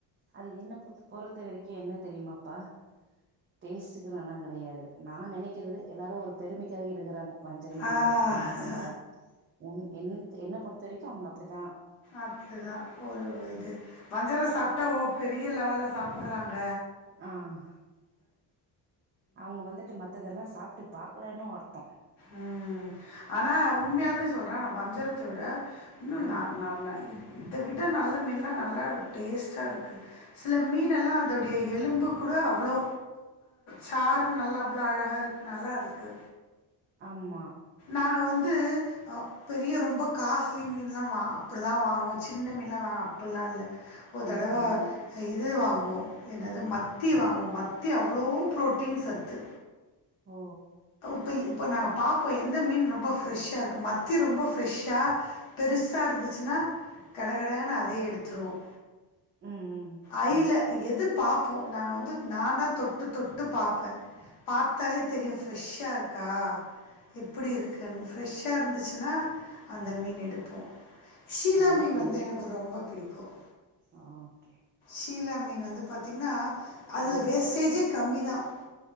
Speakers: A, on the right; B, on the left.
A: அது என்ன பொறுத்தவரைக்கும் என்ன தெரியுமாப்பா டேஸ்ட்டுக்கு எல்லாம் கிடையாது நான் நெனைக்கிறது எல்லாரும் ஒரு பெருமைக் காக எடுக்கிறாங்க வஞ்சரம் மீன்
B: ஆ.
A: சாப்பிட்றோம் நாங்க உன் என் என்னை பொருத்த வரைக்கும் அவுங்க அப்படி தான்
B: அப்படிதான் ஒரு இது வஞ்சரம் சாப் டா பெரிய லெவலில் சாப்புறாங்க
A: ஆஹ் அவுங்க வந்துட்டு மத்ததெல்லாம் சாப் ட்டு பார்க்கலேன்னு வர்த்தம்
B: உம் ஆனா உண்மையாலுமே சொல்றேன் நான் வஞ்சரத்தை விட இன்னும்
A: ஆ
B: நான் நான் இ இதை விட நல்ல மீனல்லாம் நல்லா டேஸ்ட்டா இருக்கு சில மீன் எல்லாம் அதோடைய எலும்பு கூட அவ்ளோ சாறுன்ன நல்லா அவ்வளோ அழகா இருக்கு நல்லா இருக்கு
A: ஆமா
B: நாங்க வந்து பெரிய ரொம்ப காஸ்ட்லி மீனலாம் வா அப்படி தான் வாங்குவோம் சின்ன மீன் எல்லாம் வாங்வோ அப்டிலா இல்ல ஒரு
A: ம்
B: தடவ இது வாங் னோம் என்னது மத்தி வாங்குவோம் மத்தி அவ்வளோ ப்ரோட்டீன் சத்து
A: ஓ
B: இப்போ இப்போ நா பாப்போம் எந்த மீன் ரொம்ப ஃப்ரெஷ் இருக்கு மத்தி ரொம்ப ஃப்ரெஷ்ஷா பெருசா இருந்துச்சுனா கட கடனு அதே எடுத்துருவோம்
A: உம் உம்
B: ஐயில் எது பாப்போம் நாங்க நான் வந்து நான் தான் தொட்டு தொட்டு பாப்பேன் பாத்தாலே தெரியும் ஃப்ரெஷ்ஷா இருக்கா எப்படி இருக்குன்னு ஃப்ரெஷ்ஷா இருந்துச்சுனா அந்த மீன் எடுப்போம் ஷீலா
A: சேரிப்பா
B: மீன் வந்து எனக்கு ரொம்ப பிடிக்கும்
A: ஓகே
B: சிஷீலா மீன் வந்து பாத்தீங்கன்னா அதுல
A: ஆ
B: வேஸ்டேஜே கம்மிதான்